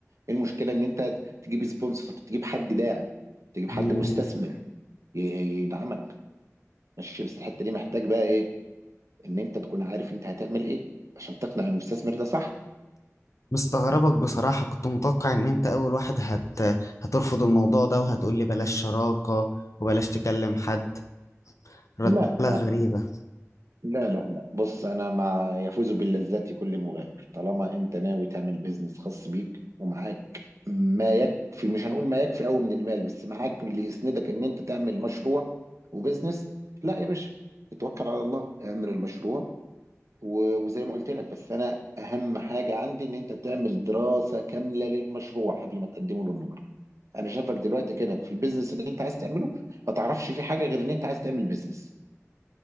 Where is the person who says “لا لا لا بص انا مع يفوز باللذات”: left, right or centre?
Right